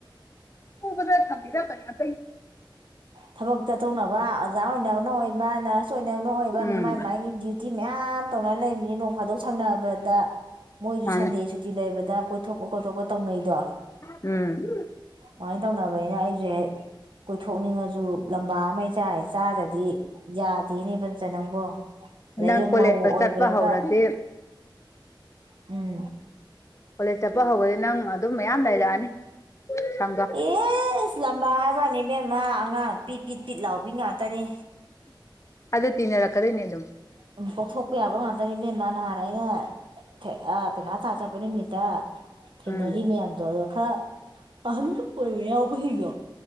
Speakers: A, on the left; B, on the right.
A: ꯍ ꯊ ꯃꯥ ꯄꯌꯥ
B: ꯊꯕꯛ ꯆꯠꯊꯣꯛꯅꯕ ꯑꯣꯖꯥ ꯑꯣꯏꯅꯕꯅ ꯑꯣꯏꯕ ꯅꯔꯁ ꯑꯣꯏꯅꯕꯅ ꯑꯣꯏꯕ
A: ꯎꯝ
B: ꯃꯥꯏ ꯃꯥꯏꯒꯤ ꯗ꯭ꯌꯨꯇꯤ ꯃꯌꯥꯝ ꯌꯥꯝ ꯇꯧꯅ ꯂꯩꯃꯤꯅꯤ ꯅꯣꯡ ꯐꯥꯗꯣꯛ ꯁꯪꯅꯕꯗ ꯃꯣꯏꯁꯨ
A: ꯃꯥꯅꯦ
B: ꯁꯟꯗꯦ ꯁꯨꯇꯤ ꯂꯩꯕꯗ ꯀꯣꯏꯊꯣꯛ ꯑꯣ ꯈꯣꯇꯣꯛꯄ ꯇꯧꯅꯩꯗꯣ
A: ꯎꯝ
B: ꯁꯨꯃꯥꯏꯅ ꯇꯧꯅꯕꯅꯤꯅ ꯑꯩꯁꯦ ꯀꯣꯏꯊꯣꯛꯅꯤꯡꯉꯁꯨ ꯂꯝꯕꯥ ꯑꯃꯩ ꯆꯥꯏ ꯆꯥꯗ꯭ꯔꯗꯤ ꯌꯥꯗꯦꯅꯦꯕꯟꯁ ꯅꯪꯕꯣ ꯑꯗꯩꯗꯤ
A: ꯅꯪ ꯀꯣꯂꯦꯖꯇ
B: ꯃꯧ ꯑꯣꯏꯈ꯭ꯔꯒ
A: ꯆꯠꯄ ꯍꯧꯔꯗꯤ
B: ꯎꯝ
A: ꯀꯣꯂꯦꯖ ꯆꯠꯄ ꯍꯧꯧꯕꯗꯤ ꯅꯪ ꯑꯗꯨꯝ ꯃꯌꯥꯝ ꯂꯩꯔꯛꯑꯅꯤ ꯁꯪꯒ
B: ꯑꯦ ꯂꯝꯕꯥ ꯍꯥꯏꯕꯅꯤ ꯃꯦꯝꯅ ꯑꯉꯥꯡ ꯄꯤ ꯄꯤꯠ ꯄꯤꯠ ꯂꯥꯎꯕꯤ ꯉꯥꯛꯇꯅꯤ
A: ꯑꯗ ꯇꯤꯅꯔꯛ ꯀꯗ ꯅ ꯑꯗꯨꯝ
B: ꯎꯝ ꯄꯣꯛꯊꯣꯛꯄ ꯌꯥꯕ ꯉꯥꯛꯇꯅꯦ ꯏꯕꯦꯝ ꯏꯃꯥ ꯅ ꯍꯥꯟꯅ ꯑꯩꯅ ꯑ ꯄ ꯈꯥ ꯊꯥ ꯆꯄꯅꯤꯃꯤꯠꯇ ꯊꯦꯡꯅꯔꯤ
A: ꯎꯝ
B: ꯃꯌꯥꯝꯗꯣ ꯑꯗꯣ ꯈꯔ ꯑꯍꯟꯗꯨ ꯑꯣꯏꯕ ꯌꯥꯎꯕ ꯍꯌꯣ